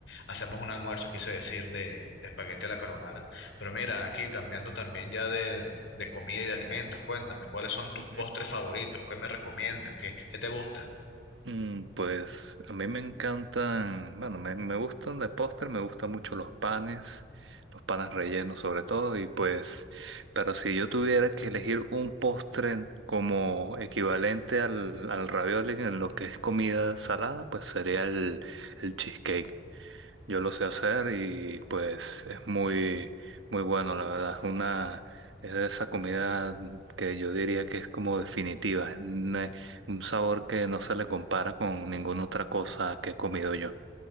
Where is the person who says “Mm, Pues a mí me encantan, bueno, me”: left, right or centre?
Right